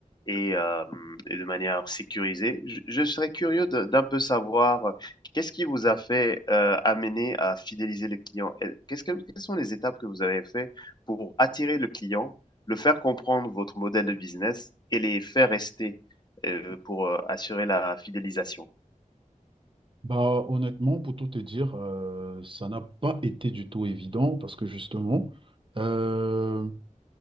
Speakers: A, on the left (about 30°); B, on the right (about 40°).
A: et, euh, et de manière sécurisée. Je, je serais curieux de- d'un peu savoir. Qu'est-ce qui vous a fait, heu, amener à fidéliser le client? Et qu'est-ce que quelles sont les étapes que vous avez fait pour attirer le client, le faire comprendre votre modèle de business et les faire rester, heu, pour, heu, assurer la fidélisation?
B: Bah, honnêtement, pour tout te dire, euh, ça n'a pas été du tout évident parce que justement, euh,